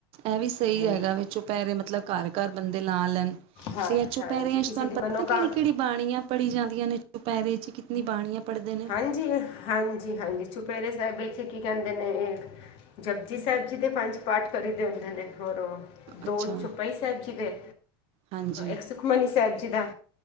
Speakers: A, on the right; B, on the left.
A: ਇਹ ਵੀ ਸਹੀ
B: ਹਾਂ
A: ਹੈਗਾ। ਚੁਪੈਹਿਰੇ ਮਤਲਬ, ਘਰ- ਘਰ ਬੰਦੇ ਲਾ ਲੈਣ।
B: ਹਾਂ,
A: ਤੇ ਇਹ ਚੁਪਹਿਰਿਆਂ
B: ਹਾਂਜੀ। ਕਿਸੇ
A: 'ਚ ਤੁਹਾਨੂੰ
B: ਦੀ
A: ਪਤਾ
B: ਮਨੋਕਾਮ
A: ਕਿਹੜੀ-ਕਿਹੜੀ ਬਾਣੀਆਂ ਪੜੀ ਜਾਂਦੀਆਂ ਨੇ ਚੁਪਹਿਰੇ ਚ' ਕਿਤਨੀ ਬਾਣੀਆਂ। ਪੜ੍ਹਦੇ ਨੇ?
B: ਹਾਂਜੀ-ਹਾਂਜੀ-ਹਾਂਜੀ, ਚੁਪੇਰੇ ਸਾਹਿਬ ਇਥੇ ਕੀ ਕਹਿੰਦੇ ਨੇ ਇਹ, ਜਪਜੀ ਸਾਹਿਬ ਜੀ ਦੇ ਪੰਜ ਪਾਠ ਕਰੀਦੇ ਹੁੰਦੇ ਨੇ। ਹੋਰ ਦੋ
A: ਅੱਛਾ,
B: ਚੋਪਾਈ ਸਾਹਿਬ ਜੀ ਦੇ
A: ਹਾਂਜੀ,
B: ਇੱਕ ਸੁਖਮਨੀ ਸਾਹਿਬ ਜੀ ਦਾ